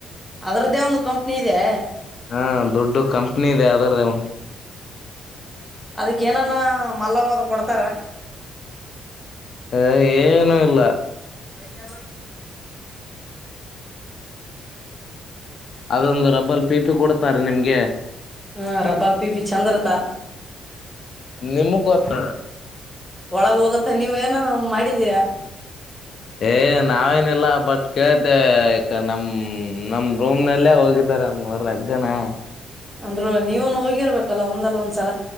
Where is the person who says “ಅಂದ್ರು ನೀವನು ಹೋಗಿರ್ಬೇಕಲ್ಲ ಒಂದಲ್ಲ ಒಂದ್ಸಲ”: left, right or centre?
Centre